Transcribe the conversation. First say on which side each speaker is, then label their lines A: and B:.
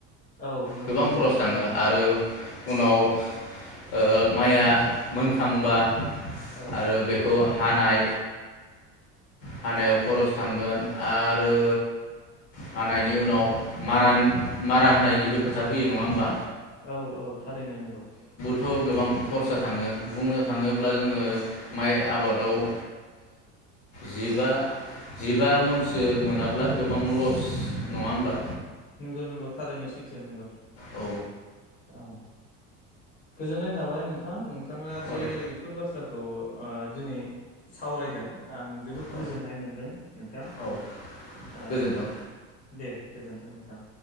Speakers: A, on the left; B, on the left.
A: औ नंगौ
B: गोबां
A: नंगौ
B: खरस थाङो
A: थारैनाय नंगौ।
B: आरो उनाव ओ माइआ मोनखांबा
A: औ
B: आरो बेखौ हानाय हानायाव खरस थांगोन आरो हानायनि उनाव मार मारा होनायनिबो खोथा फैयो नङा होमबा?
A: औ औ थारैनो नोंगौ।
B: थ गोबां खरसा थाङो बुंनो थाङोब्ला जोङो माइ आबादाव ओ जिबा जिबा मनसो मोनाब्ला गोबां लस नङा होमब्ला
A: नंगौ नंगौ थारैनो सैथो नंगौ।
B: औ
A: औ गोजोननाय थाबाय नोंथां। नोंथाङा जे
B: औ दे
A: बेफोर बाथ्राखौ खौ ओ दिनै सावरायदों। आं जोबोद
B: औ
A: गोजोननाय मोनदों नोंथां
B: औ
A: ओ
B: गोजोन्थों
A: दे। गोजोन्थों नोंथां।